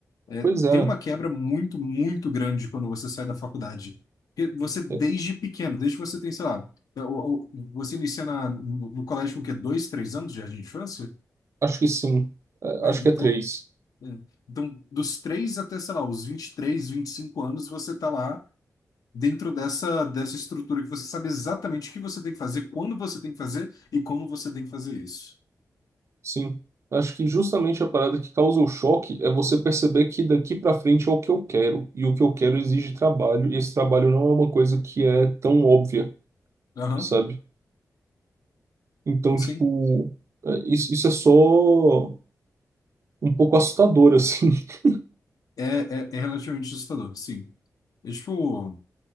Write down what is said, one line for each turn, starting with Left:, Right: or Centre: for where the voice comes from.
Left: é,
Right: pois é.
Left: tem uma quebra muito, muito grande quando você sai da faculdade. Porque você, desde
Right: É,
Left: pequeno, desde que você tem, sei lá, é, o- o- você inicia na, no, no colégio com o quê? Dois, três anos de jardim de infância?
Right: Acho que sim. É,
Left: né?
Right: Acho
Left: então,
Right: que é três.
Left: então, dos 3 até, sei lá, os vinte vinte e três vinte e cinco anos, você tá lá dentro dessa, dessa estrutura que você sabe exatamente o que você tem que fazer, quando você tem que fazer e como você tem que fazer isso.
Right: Sim. Acho que justamente a parada que causa o choque é você perceber que daqui pra frente é o que eu quero. E o que eu quero exige trabalho, e esse trabalho não é uma coisa que é tão óbvia,
Left: Aham,
Right: sabe? Então,
Left: sim.
Right: tipo, é, isso, isso é só um pouco assustador, assim. <laughs>
Left: É, é, é relativamente assustador, sim. É tipo,